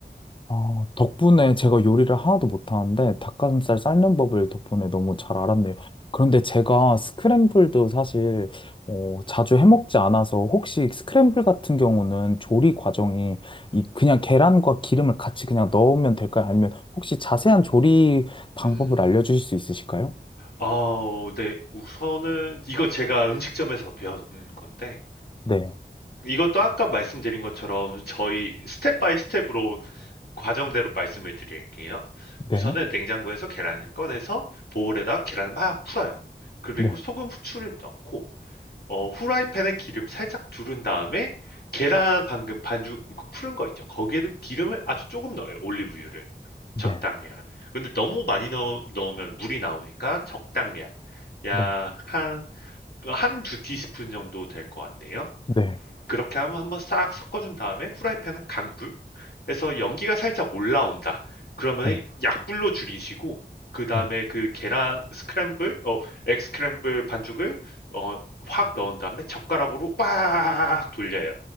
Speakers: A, on the left (about 30°); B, on the left (about 65°).
A: 아, 덕분에 제가 요리를 하나도 못하는데 닭가슴살 삶는 법을 덕분에 너무 잘 알았네요. 그런데 제가 스크램블도 사실 어, 자주 해먹지 않아서 혹시 스크램블 같은 경우는 조리 과정이 이 그냥 계란과 기름을 같이 그냥 넣으면 될까요? 아니면 혹시 자세한 조리 방법을
B: 음,
A: 알려주실 수 있으실까요?
B: 아우 네. 우선은 이거 제가 음식점에서 배운 건데
A: 네,
B: 이것도 아까 말씀드린 것처럼 저희 스텝 바이 스텝으로 과정대로 말씀을 드릴게요.
A: 네,
B: 우선은 냉장고에서 계란을 꺼내서 보울에다 계란을 막 풀어요. 그리고
A: 네,
B: 소금, 후추를 넣고 어 후라이팬에 기름 살짝 두른 다음에 계란 방금 반죽 그 푸른 거 있죠. 거기에도 기름을 아주 조금 넣어요. 올리브유를.
A: 네,
B: 적당량. 근데 너무 많이 넣, 넣으면 물이 나오니까 적당량. 약
A: 네,
B: 한, 어, 한두 티스푼 정도 될 것 같네요.
A: 네, 네,
B: 그렇게 하면 한번 싹 섞어준 다음에 후라이팬은 강불 래서 연기가 살짝 올라온다. 그러면
A: 네,
B: 약불로 줄이시고 그 다음에
A: 네.
B: 그 계란 스크램블, 어, egg 스크램블 반죽을 어, 확 넣은 다음에 젓가락으로 빡 돌려요.